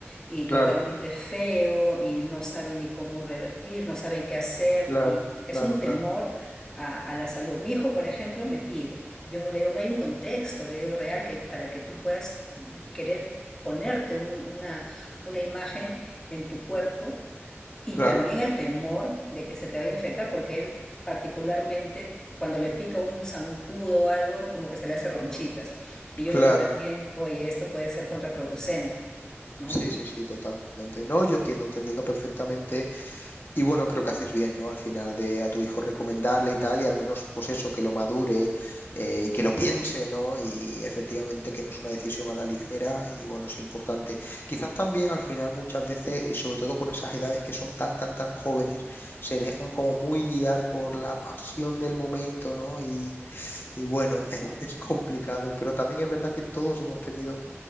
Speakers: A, on the left; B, on the left.
A: Y
B: claro,
A: totalmente feo y no saben ni cómo revertir, no saben qué hacer
B: claro,
A: y es
B: claro,
A: un
B: claro,
A: temor a, a la salud. Mi hijo, por ejemplo, me pide. Yo no le digo, no hay un contexto, le digo real que para que tú puedas querer ponerte un- una, una imagen en tu cuerpo y
B: claro.
A: también el temor de que se te vaya a infectar, porque él particularmente cuando le pica un zancudo o algo, como que se le hace ronchitas.
B: ujú,
A: Y
B: Claro,
A: yo digo también, oye, esto puede ser contraproducente, ¿no?
B: sí, sí, sí, totalmente. No, yo entiendo, te entiendo perfectamente Y bueno, creo que haces bien, ¿no? Al final de a tu hijo recomendarle y tal, y al menos pues eso, que lo madure eh, y que lo piense, ¿no? Y efectivamente que no es una decisión a la ligera y bueno, es importante. Quizás también al final muchas veces, y sobre todo con esas edades que son tan, tan, tan jóvenes, se dejan como muy guiar por la pasión del momento, ¿no? Y, y bueno, <laughs> es, es complicado, pero también es verdad que todos hemos tenido